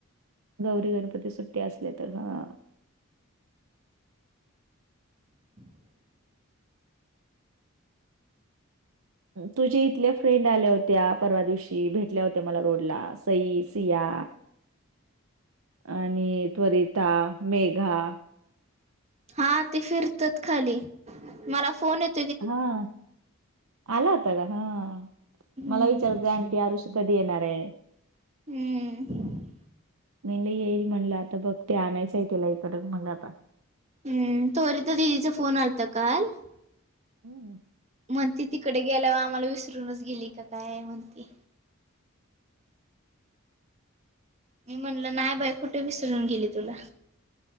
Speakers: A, on the right; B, on the right.
A: गौरी गणपती सुट्टी असल्या तर हा.
B: <inaudible>
A: तुझे इथल्या फ्रेंड आल्या होत्या परवा दिवशी, भेटल्या होत्या मला रोडला सई, सिया.
B: <inaudible>
A: आणि सरिता, मेघा.
B: हा, ते फिरतात खाली, मला फोन येतो-
A: हा, आला होता का? हा.
B: हम्म
A: मला विचारतं होती, आंटी, आरुष कधी येणार आहे?
B: हम्म.
A: मी येईल म्हटलं येईल, आता बघ ते आणायचंय तीला इकडं मग आता.
B: हम्, त्वरवर तर दिदीचा फोन आलता काल. <unintelligible>
A: हम्, <inaudible>
B: म्हणती, तिकडे गेला वर आम्हाला विसरूनच गेली का काय म्हणती? मी म्हणलं, नाही बाई कुठं विसरून गेली तुला.